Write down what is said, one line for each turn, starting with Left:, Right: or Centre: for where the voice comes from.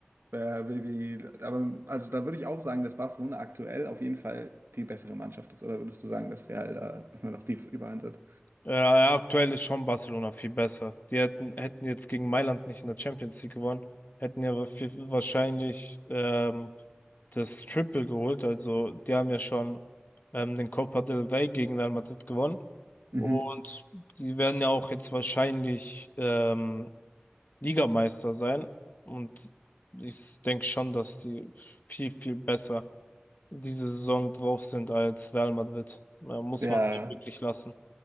Right: äh, Baby, aber also da würde ich auch sagen, dass Barcelona aktuell auf jeden Fall die bessere Mannschaft ist. Oder würdest du sagen, dass Real da immer noch die Überhand hat?
Left: Äh, aktuell ist schon Barcelona viel besser. Die hätten, hätten jetzt gegen Mailand nicht in der Champions League gewonnen, hätten ja wa- viel- wahrscheinlich ähm, das Triple geholt. Also die haben ja schon ähm, den Copa del Rey gegen Real Madrid gewonnen.
Right: Mhm.
Left: Und die werden ja auch jetzt wahrscheinlich ähm, Ligameister sein. Und ich denke schon, dass die viel, viel besser diese Saison drauf sind als Real Madrid. Ja, muss
Right: Ja,
Left: man wirklich lassen.